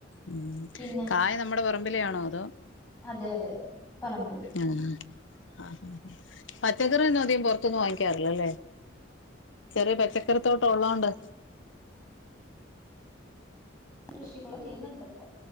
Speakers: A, on the left; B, on the left.
A: ഉം
B: പിന്നെ
A: കായ് നമ്മുടെ പറമ്പിലെ ആണോ അതോ?
B: അതെ അതെ പറമ്പിൽ
A: ആ ആ പച്ചക്കറിന്നും അധികം പുറതൂന്ന് വാങ്ങിക്കാറില്ലല്ലേ ചെറിയ പച്ചക്കറിത്തോട്ടം ഉള്ളതോണ്ട്
B: കൃഷി കള് ചെയ്യുന്നുണ്ട്പ്പോ